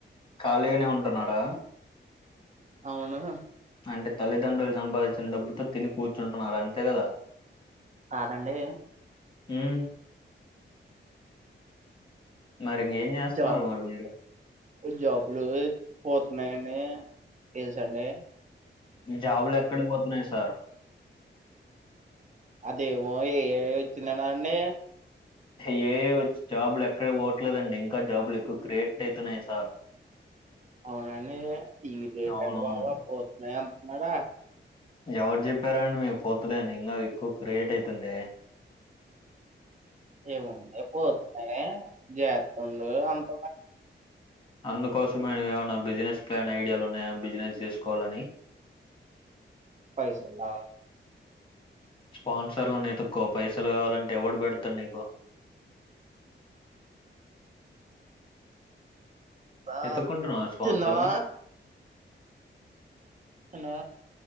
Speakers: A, on the left; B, on the right.
A: ఖాళీగానే ఉంటున్నారా
B: అవును
A: అంటే తల్లిదండ్రులు సంపాదించిన డబ్బుతో తిని కూర్చుంటున్నారు అంతే కదా
B: కాదండి
A: మ్మ్ మరి ఇంకేం చేస్తున్నారు
B: జాబ్
A: మరి మీరు
B: జాబ్లు పోతున్నాయిని చేసండి
A: జాబులు ఎక్కడ పోతున్నాయి సార్
B: అదే ఏమో ఎ ఐ వచ్చిందట కదండి
A: ఏ ఐ వచ్ జాబులు ఎక్కడ పోవట్లేదండి ఇంకా జాబులు ఎక్కువ క్రియేట్ అవుతున్నాయి సార్
B: డిఅవునండి ఇగ <unintelligible>
A: అవునవును
B: పోతున్నాయి గద
A: ఎవరు చెప్పారు అండి మీకు పోతుదని ఇంకా ఎక్కువ క్రియేట్ అవుతుంటే
B: ఏమో డి ఎక్కువ అయితున్నాయా జెత్తుండు అంత
A: అందుకోసమేను ఏమైనా బిజినెస్ ప్లాన్ ఐడియాలు ఉన్నాయా బిజినెస్ చేసుకోవాలని
B: పైసలంటే
A: స్పాన్సర్లు నీతుక్కో పైసలు కావాలంటే ఎవడ్ పెడ్తరు నీకు
B: ఆహ్
A: ఎతుక్కుంటున్నావా స్పాన్సర్ని
B: తిన్నవా హలో